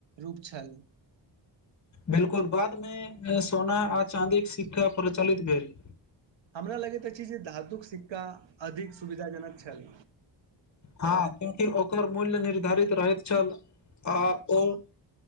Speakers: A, on the right; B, on the left.
A: रूप छल
B: बिल्कुल बाद मे सोना आ चाँदीक सिक्का प्रचलित भेल
A: हमरा लगैत अछि जे धातुक सिक्का अधिक सुविधाजनक छल
B: हँ क्यूकि ओकर मूल्य निर्धारित रहैत छल आ ओ